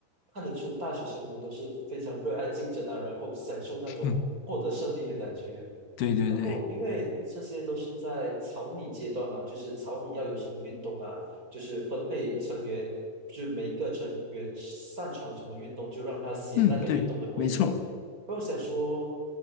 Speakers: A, on the right; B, on the left.
A: 看得出大学生们都是非常热爱竞争啊，然后享受那种获得胜利的感觉。
B: <laughs> 嗯，对对对，
A: 然后，因为这些都是在草拟阶段嘛，就是草拟要有什么运动啊，就是分配成员，就每一个成员擅长什么运动，就让他写那个运动的规则。
B: 嗯，对，没错。
A: 然后我想说，